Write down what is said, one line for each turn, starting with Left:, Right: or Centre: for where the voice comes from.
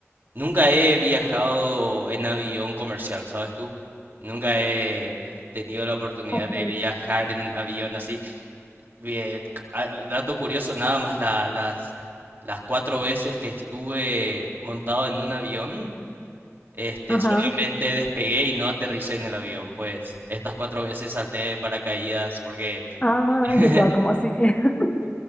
Right: nunca he viajado en avión comercial, ¿sabes tú? Nunca he eh, tenido la oportunidad
Left: ok,
Right: de viajar en avión así. Bien, cu- ah, dato curioso, nada más la- las, las cuatro veces que estuve montado en un avión, este,
Left: ajá,
Right: solamente despegué y no aterricé en el avión. Pues estas cuatro veces salté de paracaídas porque
Left: ah,
Right: <laughs>
Left: yo estaba como así. <laughs>